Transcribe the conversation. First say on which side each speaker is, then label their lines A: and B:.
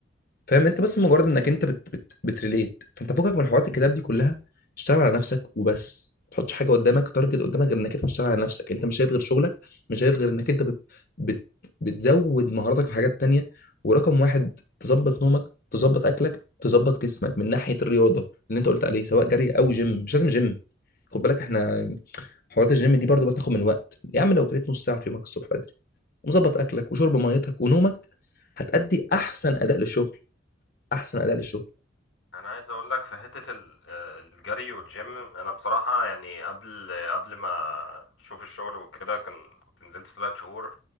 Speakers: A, on the left; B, on the left.
A: فاهم انت بس مجرد انك انت بت بت بتريليت فانت فوقك من حوارات الكتاب دي كلها اشتغل على نفسك وبس ما تحطش حاجه قدامك تارجت قدامك غير انك انت بتشتغل على نفسك انت مش شايف غير شغلك مش شايف غير انك انت بت بت بتزود مهاراتك في حاجات تانية ورقم واحد تظبط نومك تظبط اكلك تظبط جسمك من ناحيه الرياضه اللي انت قلت عليه سواء جري او جيم مش لازم جيم خد بالك احنا حوارات الجيم دي برضو بتاخد من وقت يا عم لو جريت نص ساعه في يومك الصبح بدري ومظبط اكلك وشرب ميتك ونومك هتأدي احسن اداء للشغل احسن اداء للشغل
B: انا عايز اقول لك في حته ال- آه، الجري والجيم انا بصراحه يعني قبل قبل ما اشوف الشغل وكده كان كنت نزلت ثلاث شهور